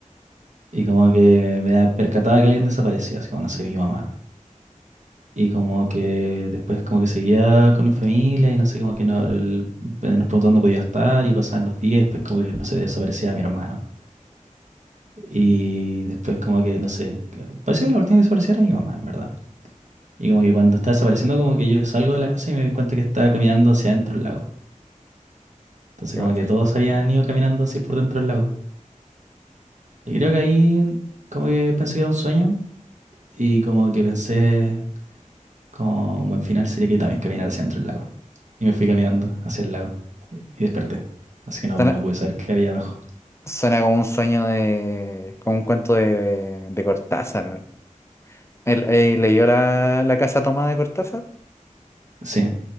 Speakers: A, on the right (about 60°); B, on the left (about 20°).
A: Y como que me da- percataba que alguien desaparecía, así como no sé, mi mamá. Y como que después como que seguía con mi familia y no sé, como que no, el- eh, nos preguntando dónde podía estar y pasaban los días y después como que, no sé, desaparecía mi hermano. Y después como que, no sé, que- parece que la última que desapareció era mi mamá, en verdad. Y como que cuando está desapareciendo como que yo salgo de la casa y me doy cuenta que estaba caminando hacia adentro del lago. Entonces
B: Qué bueno.
A: como que todos habían ido caminando así por dentro del lago. Y creo que ahí como que pensé que era un sueño y como que pensé... Como un buen final sería que también caminara hacia dentro del lago. Y me fui caminando hacia el lago y desperté. Así que no,
B: Suena,
A: no pude saber qué había abajo.
B: suena como un sueño de... como un cuento de, de Cortázar, El- eh, leyó la, la casa tomada de Cortázar.
A: Sí,